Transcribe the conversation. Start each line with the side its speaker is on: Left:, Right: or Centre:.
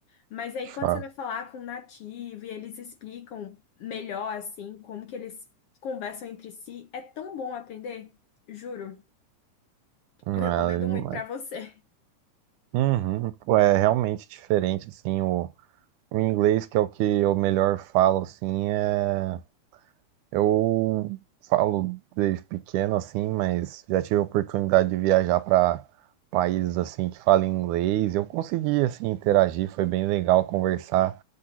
Left: Mas aí
Right: de fato.
Left: quando você vai falar com um nativo e eles explicam melhor, assim, como que eles conversam entre si, é tão bom aprender. Juro,
Right: Uhum,
Left: eu recomendo muito pra você.
Right: uhum, pô, é realmente diferente, assim, o, o inglês, que é o que eu melhor falo, assim, é Eu falo desde pequeno assim, mas já tive a oportunidade de viajar para países assim que falam inglês. Eu consegui assim interagir, foi bem legal conversar